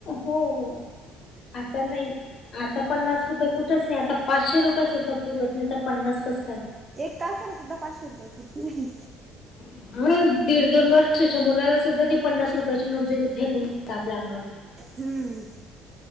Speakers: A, on the left; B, on the right.
A: हो,, आता नाही. आता पन्नास रुपये कुठच नाही,, आता पाचशे रुपये सुद्धा पुरत नाही तर पन्नास कस काय?
B: एक कासाला सुद्धा पाचशे रुपये पुरती नाही,,
A: हा, दीड दोन वर्षाच्या मुलाला सुद्धा ते पन्नास रुपयाची नोट दिली तर फेकून देतात आपल्या आंगावर?
B: हम्म